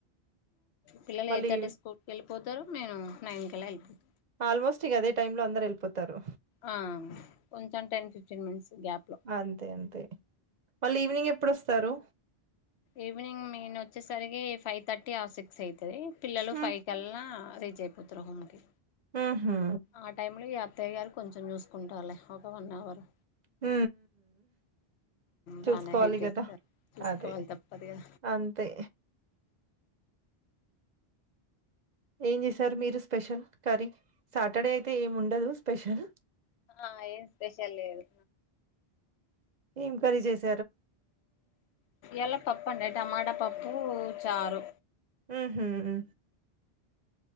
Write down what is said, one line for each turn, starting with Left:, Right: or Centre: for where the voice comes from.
Left: పిల్లలు
Right: మళ్ళీ
Left: ఎయిట్ ర్టీ స్కూల్ కి వెళ్ళిపోతారు నేను నైన్ కెలా వెళ్ళిపోతాను
Right: ఆల్మోస్ట్ ఇక అదే టైమ్ లో అందరు వెళ్ళిపోతారు
Left: ఆ కొంచెం టెన్ ఫిఫ్టీన్ మినిట్స్ గ్యాప్ లో
Right: అంతే అంతే మళ్ళీ ఈవినింగ్ ఎప్పుడుొస్తారు
Left: ఈవనింగ్ మీన్ వచ్చేసరికి ఫైవ్ థర్టీ ఆ సిక్స్ అయితురి పిల్లలు
Right: హ్మ్
Left: ఫైవ్ కల్లా రీచ్ అయిపోతరు హోమికి
Right: ఊహూ
Left: ఆ టైమ్ లో ఈ అత్తయ్య గారు కొంచెం చూసుకుంటాల ఒక వన్ అవర్
Right: హ చూసుకోవాలి
Left: బాగానే హెల్ప్ చేస్తారు
Right: కదా
Left: చూసుకోవాలి
Right: అదే
Left: తప్పదుగా
Right: అంతే ఏం చేశారు మీరు స్పెషల్ కర్రీ సాటర్డే అయితే ఏమి ఉండదు స్పెషల్
Left: ఆ ఏన్ స్పెషల్ లేదు
Right: ఎమ్ కరి చేసి
Left: ఎలా పప్పు అడి టమాట పప్పు చారు
Right: ఆ హమ్